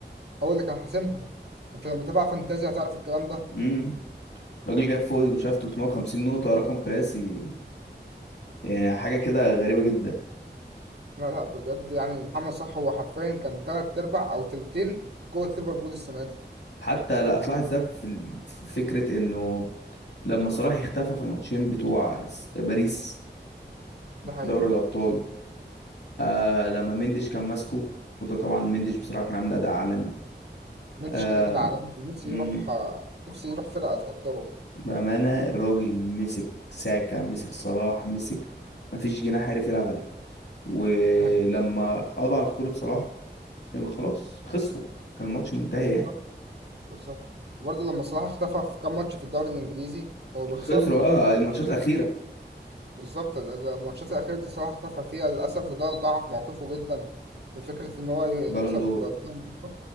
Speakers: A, on the right; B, on the left.
A: هو اللي كان حاسمها انت لما بتابع فانتازيا هتعرف الكلام ده
B: امم راجل جاب فوق مش عارف 350 نقطة رقم قياسي يعني حاجة كده غريبة جدا
A: لا لا بجد يعني محمد صلاح هو حرفيا كان تلات ارباع او تلتين قوة ليفربول السنة دي
B: حتى لا اطلعت ده في ال- في فكرة انه لما صلاح اختفى في الماتشين بتوع س- باريس
A: ده حقيقة
B: في دوري الأبطال آه لما مندش كان ماسكه وده طبعا مندش بصراحة كان عامل أداء عالمي
A: مندش
B: آه
A: كده كده عالمي نفسي
B: مم،
A: يروح نفسي يروح فرقة تقدره
B: بأمانة الراجل مسك ساكا مسك صلاح مسك مفيش جناح عرف يلعب عليه ولما
A: ده حقيقة
B: قضى على خطورة صلاح آه، خلاص خسروا كان الماتش منتهي يعني
A: بالظبط بالظبط وبرضه لما صلاح اختفى في كام ماتش في الدوري الإنجليزي هو بيخسروا
B: خسروا اه الماتشات الأخيرة
A: بالظبط الماتشات الأخيرة دي صلاح اختفى فيها للأسف وده ضعف موقفه جدا بفكرة إن هو
B: البالون
A: يكسب
B: دور
A: بطولة.